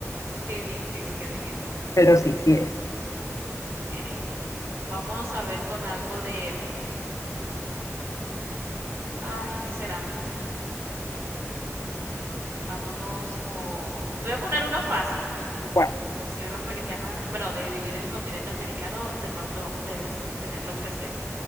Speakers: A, on the right; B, on the left.
A: Qué bien, qué bien que adiviné.
B: Pero sí, sí es.
A: Okey, vámonos a ver con algo de, mm, ay, ¿qué será? Vámonos con te voy a poner una fácil,
B: Bueno,
A: que por ser americana, bueno, de vivir en el continente americano, de pronto debes tenerlo presente.